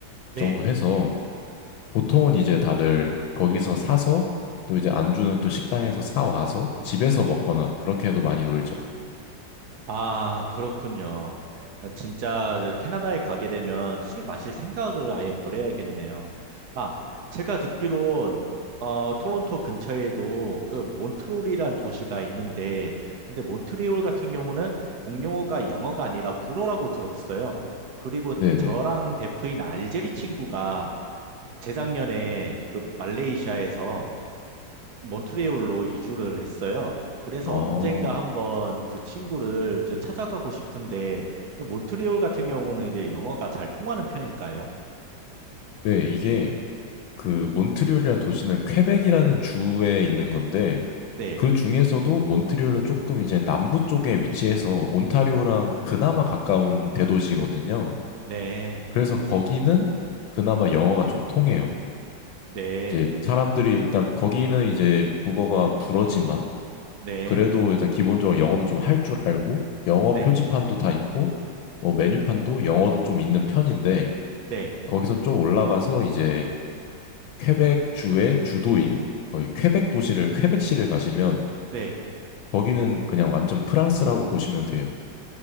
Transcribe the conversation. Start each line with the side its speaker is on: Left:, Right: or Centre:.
Right: 네.
Left: 정도 해서 보통은 이제 다들 거기서 사서 또 이제 안주는 또 식당에서 사 와서 집에서 먹거나 그렇게 해도 많이 놀죠.
Right: 아, 그렇군요. 아, 진짜 저 캐나다에 가게 되면 술 마실 생각을 아예 버려야겠네요. 아, 제가 듣기론 어, 토론토 근처에도 그 몬트리올이란 도시가 있는데 근데 몬트리올 같은 경우는 공용어가 영어가 아니라 불어라고 들었어요. 그리고
Left: 네네.
Right: 저랑 베프인 알제리 친구가 재작년에 그 말레이시아에서 몬트리올로 이주를 했어요. 그래서
Left: 어.
Right: 언젠가 한번 그 친구를 이제 찾아가고 싶은데, 몬트리올 같은 경우는 이제 영어가 잘 통하는 편일까요?
Left: 네, 이게 그 몬트리올이라는 도시는 퀘벡이라는 주에 있는 건데
Right: 네,
Left: 그 중에서도 몬트리올은 조금 이제 남부 쪽에 위치해서 온타리오랑 그나마 가까운 대도시거든요.
Right: 네,
Left: 그래서 거기는 그나마 영어가 좀 통해요.
Right: 네,
Left: 이제 사람들이 일단 거기는 이제 국어가 불어지만
Right: 네,
Left: 그래도 일단 기본적으로 영어도 좀 할 줄 알고 영어
Right: 네,
Left: 표지판도 다 있고 뭐 메뉴판도 영어도 좀 있는 편인데
Right: 네,
Left: 거기서 좀 올라가서 이제 퀘벡 주의 주도인 거의 퀘벡 도시를 퀘벡시를 가시면
Right: 네.
Left: 거기는 그냥 완전 프랑스라고 보시면 돼요.